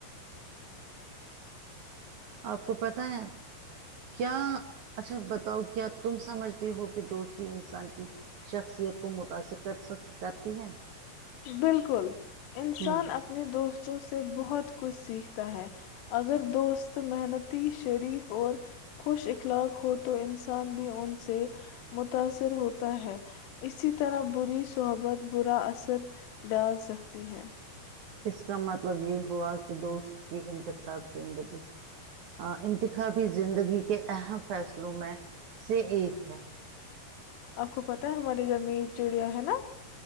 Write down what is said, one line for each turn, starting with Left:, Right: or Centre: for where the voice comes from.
Right: آپ کو پتا ہے کیا اچھا بتاؤ کیا تم سمجھتے ہو کہ دوستی انسان کی شخصیت کو متاثر کرک کرتی ہے
Left: بالکل انسان
Right: ہوں
Left: اپنے دوست <unintelligible> بچوں سے بہت کچھ سیکھتا ہے اگر دوست محنتی شریف اور خوش اخلاق ہو تو انسان بھی ان سے متاثر ہوتا ہے اسی طرح بری صحبت برا اثر <unintelligible> ڈال سکتی ہے <unintelligible>
Right: اس کا مت <unintelligible> مطلب یہ ہوا کہ دوست کی انتخاب زندگی ہ انتخابی زندگی کے اہم فیصلوں میں سے ایک ہے <unintelligible>
Left: آپ کو پت ہے ہمارے گھر میں یہ چڑیا ہے نا